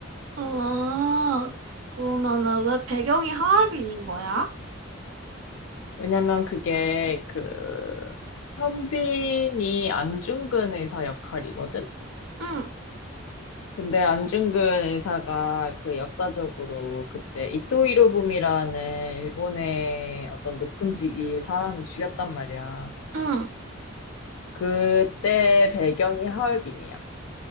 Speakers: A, on the right; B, on the left.
A: 아, 그러면은 왜 배경이 하얼빈인 거야?
B: 왜냐면 그게 그 현빈이 안중근 의사 역할이거든?
A: 응,
B: 근데 안중근 의사가 그 역사적으로 그때 이토 히로부미라는 일본의 어떤 높은 직위 사람을 죽였단 말이야.
A: 응.
B: 그때 배경이 하얼빈이야.